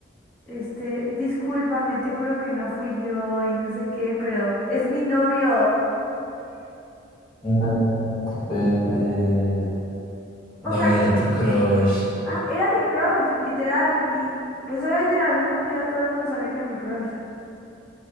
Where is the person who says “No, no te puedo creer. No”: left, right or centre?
Left